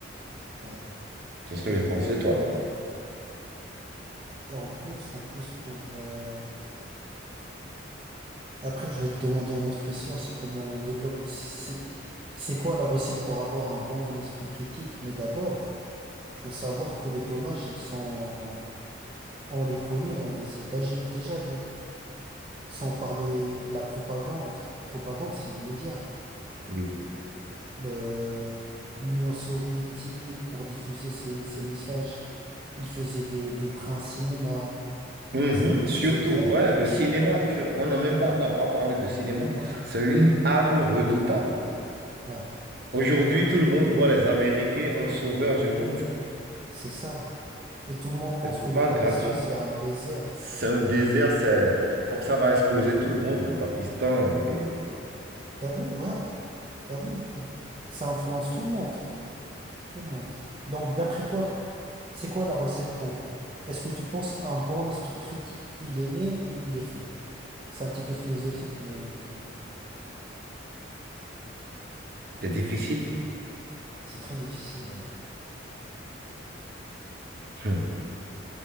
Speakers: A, on the right; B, on the right.
A: carrément.
B: c'est ce que
A: Et,
B: je pensais,
A: euh,
B: toi.
A: et en plus, en plus pour, euh, après, je vais te demander une autre question, c'est comment on développe, c'est, c'est quoi la recette pour avoir un bon esprit critique? Mais d'abord, Faut savoir que les dommages, ils sont, on les connaît, on les a déjà, déjà vus. Sans parler la propagande. Propagande, c'est du média.
B: Oui.
A: Le, l'Union soviétique, pour diffuser ses, ses messages, ils faisaient des, des trains cinéma.
B: Mhm.
A: C'est- Ils
B: Surtout,
A: étaient,
B: ouais,
A: ouais,
B: le cinéma, tu- on n'a même pas, on n'a pas parlé de cinéma.
A: ouais,
B: C'est une arme redoutable.
A: ouais,
B: Aujourd'hui,
A: ouais.
B: tout le monde voit les Américains en sauveur du monde. <laughs>
A: C'est ça. Et tout le monde pense
B: C'est
A: que le
B: pas
A: Pakistan,
B: gratuit.
A: c'est un désert.
B: C'est un désert, c'est... bon, ça va exploser tout le monde, le Pakistan, et
A: T'as vu? Ouais, t'as vu? Ouais. Ça influence tout le monde. Tout le monde. Donc, d'après toi, c'est quoi la recette pour... Est-ce que tu penses un bon esprit critique, il est né ou il est fait? C'est un petit peu philosophique, mais
B: c'est difficile.
A: c'est très difficile, ouais.
B: Hmm.